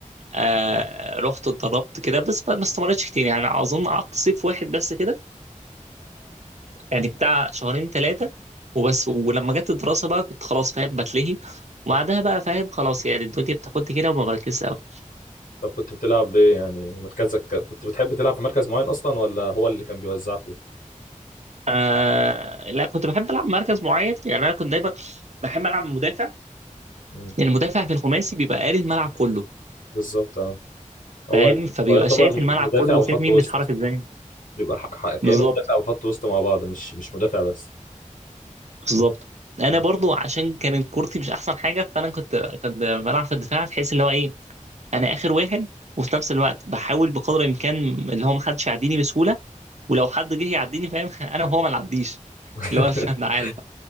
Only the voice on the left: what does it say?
طب كنت بتلعب بايه يعني مركزك كان- كنت بتحب تلعب في مركز معين اصلا ولا هو اللي كان بيوزعكوا
امم
بالظبط اه هو
ال-
هو يعتبر
مدافع
وخط
وسط
بيبقى ح... ح- كانه
مدافع وخط وسط مع بعض مش مش مدافع بس
مم.
<laughs>